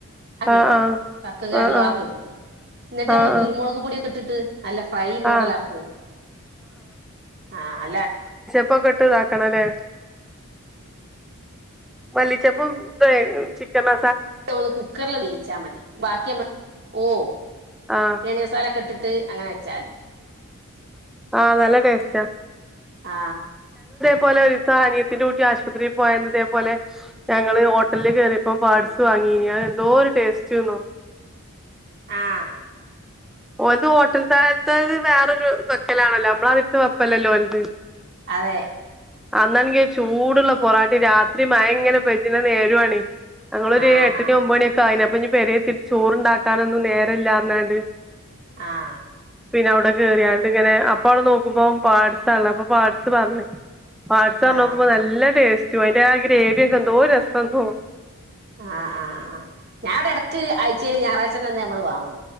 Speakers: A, on the right; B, in the centre.
A: ആക്കെടുക്ക്വോ
B: ആഹ്
A: കാക്ക് കർളാക്കെ
B: ആഹ് ആഹ്
A: എടുക്ക്വോ ന്നിട്ട് അമ്മള്
B: ആഹ് ആഹ്
A: കുരുമൊളക് പൊടിയൊക്കെ ഇട്ട്ട്ട് അല്ല ഫ്രൈ മോഡലാക്ക്വോ
B: ആഹ് ആഹ് ആഹ്
A: ആ അല്ല
B: ഇപ്പ കെട്ട് ഇതാക്കണത് മല്ലിച്ചെപ്പും <unintelligible> ചിക്കൻമ
A: <unintelligible> കുക്കറില് വേവിച്ച മതി ബാക്കിമ്മ ഓ
B: ആഹ്
A: ബരിയാണി മസാലക്കെ ഇട്ടിട്ട് അങ്ങനെ ജാതി
B: ആ നല്ല ടേസ്റ്റാ
A: ആ
B: പോലൊരു <unintelligible> അനിയത്തി കൂട്ടി ആശുപത്രി പോയന്നതേ പോലെ ഞങ്ങള് ഹോട്ടലില് കേയറിയപ്പോ പാഡ്സ് വാങ്ങി അത് എന്തോരു ടേസ്റ്റ്ന്നോ
A: ആഹ്
B: ഓത് ഹോട്ടല്ത്ത <unintelligible> വേറൊരു വെക്കലാണല്ലോ മ്മളതിട്ട് വെപ്പല്ലല്ലോ അൽത്
A: അതെ
B: അന്നാണെങ്കി ചൂടുള്ള പൊറാട്ടേം രാത്രി മഴ ഇങ്ങനെ പെയ്ത്തിന്ന നേരു ആണി അങ്ങളൊരു
A: ആഹ്
B: എട്ടണി
A: ആഹ്
B: ഒമ്പണി ഒക്ക ആയേനാ അപ്പ പേരയിൽ ഇതിരി ചോറണ്ടാക്കാനൊന്നും നേര ഇല്ലാന്നണ്ട്
A: ആഹ
B: പിന്നെ അവിടെ കേയറിയാണ്ട് ഇങ്ങനെ അപ്പ അവിടെ നോക്കുമ്പോ പാഡ്സ ഉള്ളെ അപ്പൊ പാഡ്സ് പറഞ്ഞു പാഡ്സ് പറഞ്ഞു
A: ആഹ്
B: നോക്കുമ്പോ നല്ല ടേസ്റ്റ് ശോ അതിന്റെ ഗ്രേവിയൊക്കെ എന്തൊരു രസവക്കു
A: ആ ആആ ഞാൻ ഇവിടെ ഇടക്ക് ആഴ്ചയില് ഞായറാഴ്ച അന്ന് നമ്മള് വാങ്ങും